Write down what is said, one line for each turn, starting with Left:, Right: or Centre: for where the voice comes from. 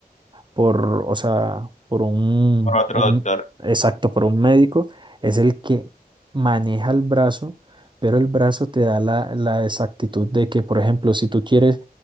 Right: por, o sea, por un,
Left: Por otro
Right: un,
Left: doctor.
Right: exacto, por un médico, es el que maneja el brazo, pero el brazo te da la, la exactitud de que, por ejemplo, si tú quieres